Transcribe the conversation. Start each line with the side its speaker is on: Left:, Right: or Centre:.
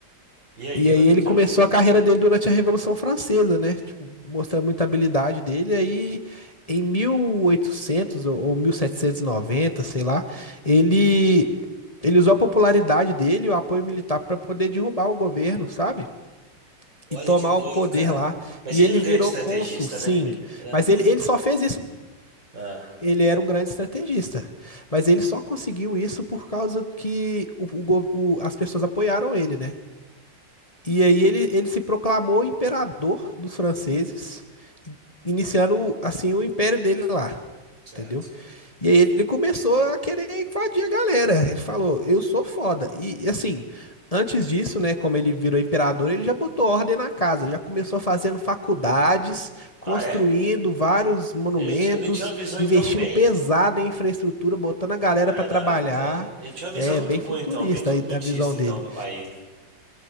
Right: E aí,
Left: E
Right: o que aconteceu?
Left: aí ele começou a carreira dele durante a Revolução Francesa, né? Tipo, mostrando muita habilidade dele. Aí em 1800 ou ou 1790, sei lá, ele ele usou a popularidade dele e o apoio militar para poder derrubar o governo, sabe?
Right: Olha
Left: E tomar
Right: que doido,
Left: o poder
Right: cara.
Left: lá.
Right: Mas
Left: E
Right: ele
Left: ele
Right: era um
Left: virou
Right: grande estrategista,
Left: cônsul, sim.
Right: né? Ele, ele era...
Left: Mas ele, ele só fez isso
Right: Ah,
Left: Ele era um grande estrategista, mas ele só conseguiu isso por causa que o, o gov- o- as pessoas apoiaram ele, né? E aí ele, ele se proclamou imperador dos franceses, i- iniciando assim o império dele lá,
Right: certo.
Left: entendeu? E aí ele começou a querer invadir a galera. Ele falou: "Eu sou foda". E, e, assim, antes disso, né, como ele virou imperador, ele já botou ordem na casa, já começou fazendo faculdades, construindo
Right: Ah, é?
Left: vários monumentos,
Right: Ele, ele tinha uma visão
Left: investindo
Right: então bem
Left: pesado em infraestrutura, botando a galera pra
Right: Caraca,
Left: trabalhar.
Right: ele tinha uma visão
Left: É
Right: muito
Left: bem
Right: boa
Left: futurista
Right: então, bem desenvolvimentista
Left: aí a visão
Right: então
Left: dele.
Right: do país.